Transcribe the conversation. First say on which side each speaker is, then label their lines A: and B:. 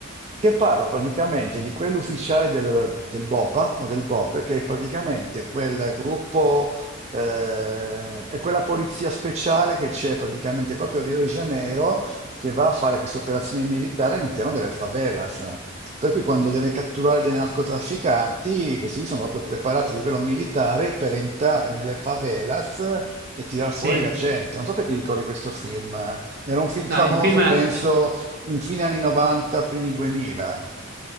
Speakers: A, on the right (about 35°); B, on the right (about 50°).
A: che parla praticamente di quell'ufficiale del, del BOPA o del BOPE, che è praticamente quel gruppo, eh, è quella polizia speciale che c'è praticamente proprio a Rio de Janeiro che va a fare queste operazioni militari all'interno delle favelas. Per cui quando deve catturare dei narcotrafficanti, questi qui sono proprio preparati a livello militare per entrare nelle favelas e tirar
B: sì,
A: fuori la gente. Non so perché ti ricordi questo film. Era un film
B: no,
A: famoso,
B: il film...
A: penso, in fine anni 90, primi 2000,